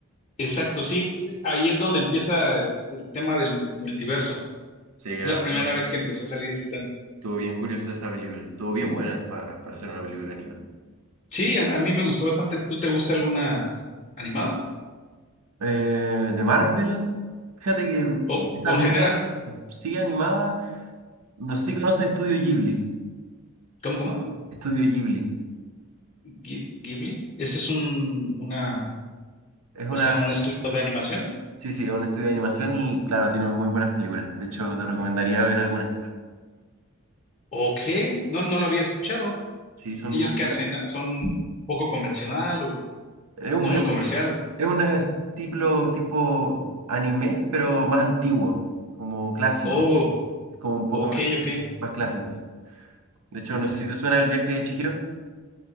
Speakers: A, on the left; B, on the right.
A: Exacto, sí. eh, Ahí es donde empieza el, el tema del multiverso.
B: Sí, claro.
A: Es la primera
B: No,
A: vez que empezó a salir ese tema.
B: Estuvo bien curiosa esa película. Estuvo bien buena para, para hacer una película animada.
A: Sí, a, a mí me gustó bastante. ¿Tú te gusta alguna animada?
B: Eh, de Marvel, fíjate que
A: O,
B: esa
A: o
B: misma,
A: en general.
B: sí animada, no sé si conoces Estudio Ghibli.
A: ¿Cómo, cómo?
B: Estudio Ghibli.
A: Ghi- Ghibli. Ese es un, una,
B: Es una,
A: o sea, un estudio de animación.
B: sí, sí, es un estudio de animación y claro, tienen muy buenas películas. De hecho, te recomendaría ver algunas.
A: Ok, no, no lo había escuchado.
B: Sí, son
A: ¿Ellos
B: muy
A: qué hacen? ¿Son poco convencional o no
B: buenas.
A: muy comercial?
B: Es un estilo tipo anime, pero más antiguo, como clásico,
A: Oh,
B: como un poco
A: ok,
B: más,
A: ok.
B: más clásico. De hecho, no sé si te suena El viaje de Chihiro